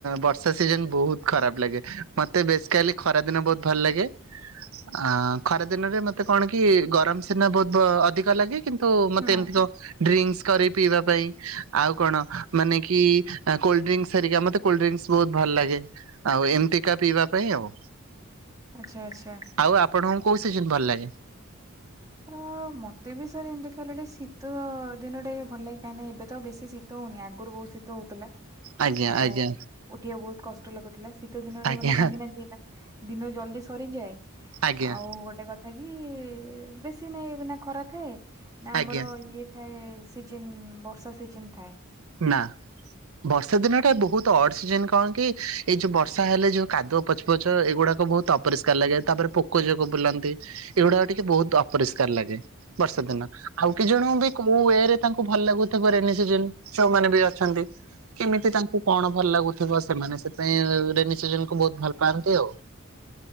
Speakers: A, on the right; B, on the right.
A: ବର୍ଷା ସିଜିନ ବହୁତ ଖରାପ ଲାଗେ, ମତେ ବେଶ୍ କାଲି ଖରା ଦିନେ ବହୁତ ଭଲ ଲାଗେ। ଅ ଖରା ଦିନରେ ମତେ କଣ କି ଗରମ ସିନା ବହୁତ ଅଧିକ ଲାଗେ କିନ୍ତୁ ମତେ
B: ହଁ
A: ଏମିତି ସବୁ ଡ୍ରିଙ୍କସ କରି ପିଇବା ପାଇଁ ଆଉ କଣ ମାନେ କି କୋଲଡ୍ରିଙ୍କସ୍ ହେରିକା, ମତେ କୋଲଡ୍ରିଙ୍କସ୍ ବହୁତ ଭଲ ଲାଗେ। ଆଉ ଏମତିକା ପିଇବା ପାଇଁ ଆଉ।
B: ଆଛା ଆଛା।
A: ଆଉ ଆପଣଙ୍କୁ କୋଉ ସିଜିନ୍ ଭଲ ଲାଗେ?
B: ହଁ ମତେ ବି ସାର୍ ଏମିତି ଖାଲି ଶୀତ ଦିନଟେ ଭଲ ଲାଗେ କାହିଁ ନା ଏବେ ତ ବେଶୀ ଶୀ ତ ହଉନି ଆଗରୁ ବହୁ ଶୀତ ଶୀତ ହଉଥିଲା
A: ଆଜ୍ଞା
B: ଆଉ
A: ଆଜ୍ଞା
B: ଉଠିବା କୁ ବହୁତ କଷ୍ଟ ଲାଗୁଥିଲା, ଶୀତ ଦିନ ଟେ
A: ଆଜ୍ଞା
B: କାହିଁକି ନା ଦିିନା ଦିନ ଜଲଦି ସରିଯାଏ,
A: ଆଜ୍ଞା
B: ଆଉ ଗୋଟେ କଥା କି ବେଶ୍ କି ନାହିଁ ନା ଖରା ଥାଏ ନା
A: ଆଜ୍ଞା
B: ଆମର ଇଏ ଥାଏ ସିଜିନ ବର୍ଷା ସିଜିନ ଥାଏ।
A: ନା ବର୍ଷା ଦିନଟା
B: ସେଠି
A: ବହୁତ ତ ଅଡ୍ ସିଜିନ କଣ କି ଏଇ ଯୋଉ ବର୍ଷା ହେଲେ ଯୋଉ କାଦୁଅ ପଚ୍ ପଚ୍ ଏଇଗୁଡାକ ବହୁତ ଅପରିଷ୍କାର ଲାଗେ, ତାପରେ ପୋ ପୋକଜୋକ ବୁଲନ୍ତି ଏଗୁଡାକ ଟିକେ ବହୁତ ଅପରିଷ୍କାର ଲାଗେ। ବର୍ଷା ଦିନ ଆଉ କେତେ ଜଣଙ୍କୁ ବି କୋଉ ଇଏରେ ତାଙ୍କୁ ଭଲ ଲାଗୁଥିବ ରେନି ସିଜିନ୍। ଛଉମାନେ ବି ଅଛନ୍ତି। କେମିତି ତାଙ୍କୁ କଣ ଭଲ ଲାଗୁଥିବ ସେମାନେ ସେଥିପାଇଁ ରେନି ସିଜିନକୁ ବହୁତ ଭଲ ପାଆନ୍ତି ଆଉ।